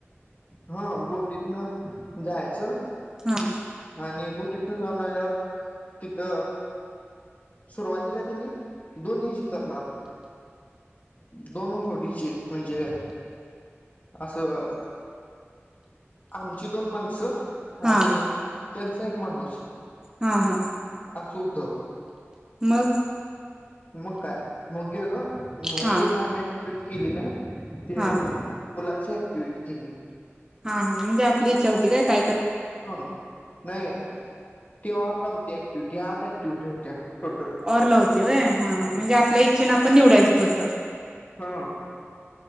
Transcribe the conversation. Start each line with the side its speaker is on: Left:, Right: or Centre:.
Left: हा बोटीतन जायचं
Right: हा.
Left: आणि बोटीतन जाऊन आल्यावर तिथं सुरुवातीला तिने दोन्ही जी करणार दोन होडीचे म्हणजे असं आमची दोन माणसं
Right: हा
Left: आणि त्यांचा एक माणूस
Right: हा हा
Left: असं होतं
Right: मग
Left: मग काय मग गेलो मग
Right: हा
Left: ती <unintelligible> केली ना ते
Right: हा
Left: पूलाची ऍक्टिव्हटी केली.
Right: हा हा म्हणजे आपली इच्छा होती काय काय कर
Left: हा नाही ती ऑरला होती ऍक्टिव्हटी आठ ऍक्टिव्हटी होत्या टोटल
Right: ऑरला होती व्हय हा हा म्हणजे आपल्या इच्छेने आपण निवडायचं होतं.
Left: हा